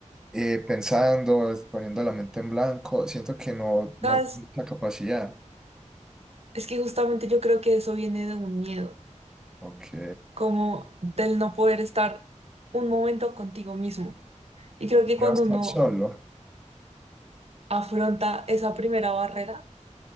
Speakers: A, in the centre; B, on the right (about 55°).
A: eh, pensando, poniendo la mente en blanco, siento que no, no
B: ¿Sabes?
A: tengo la capacidad.
B: Es que justamente yo creo que eso viene de un miedo,
A: Ok,
B: como del no poder estar un momento contigo mismo. Y creo que cuando
A: no estar
B: uno
A: solo.
B: afronta esa primera barrera,